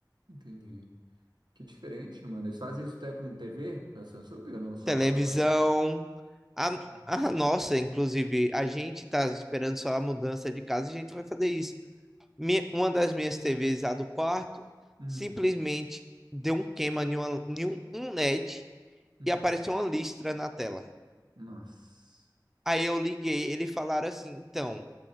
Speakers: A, on the right (about 75°); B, in the centre.
A: Entendi. Que diferente, mano. Eles fazem isso até com TV da Samsung ou não só
B: televisão.
A: com o celular?
B: A,
A: Hum.
B: a nossa, inclusive, a gente tá esperando só a mudança de casa, a gente vai fazer isso. Minha- uma das minhas TVs, a do quarto,
A: Hum.
B: simplesmente deu um queima em, uma, em um um LED e D
A: hum,
B: e apareceu uma listra na tela.
A: Nossa.
B: Aí eu liguei, eles falaram assim, então.